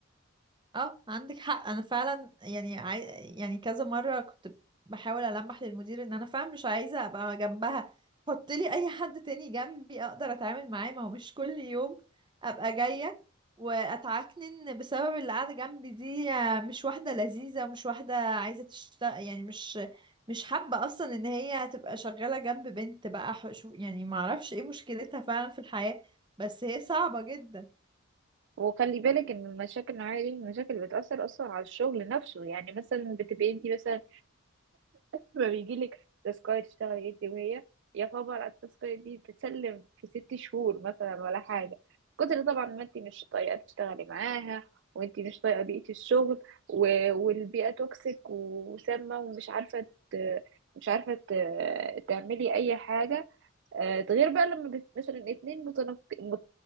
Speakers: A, on the right; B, on the right.
A: اه عندك حق انا فعلا يعني عاي... يعني كذا مره كنت بحاول المح للمدير ان انا فعلا مش عايزه ابقى جنبها حط لي اي حد تاني جنبي اقدر اتعامل معاه ما هو مش كل يوم ابقى جايه واتعكنن بسبب اللي قاعده جنبي دي آه، مش واحده لذيذه ومش واحده عايزه تشتغل يعني مش مش حابه اصلا ان هي تبقى شغاله جنب بنت بقى ح- شو يعني ما اعرفش ايه مشكلتها فعلا في الحياه بس هي صعبه جدا
B: وخلي بالك ان المشاكل النوعيه دي من المشاكل اللي بتاثر اصلا على الشغل نفسه يعني مثلا بتبقي انت مثلا لما بيجي لك تاسكايه تشتغلي انت وهي يا خبر على التاسكايه دي تتسلم في ست شهور مثلا ولا حاجه كتر طبعا ما انت مش طايقه تشتغلي معاها وانت مش طايقه بيئه الشغل و... والبيئه توكسيك وسامه ومش عارفه ت... مش عارفه ت... تعملي اي حاجه آه، ده غير بقى لما بت- مثلا اتنين متنف... مت...